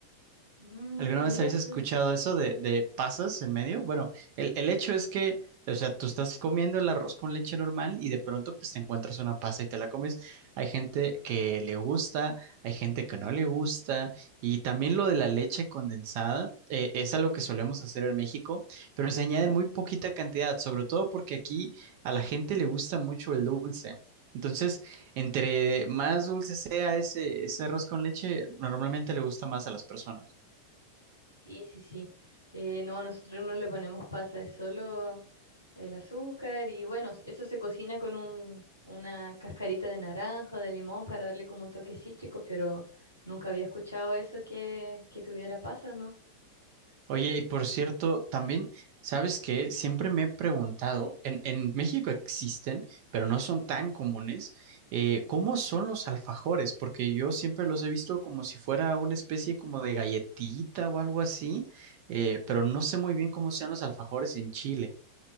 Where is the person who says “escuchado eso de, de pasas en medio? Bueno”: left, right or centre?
Right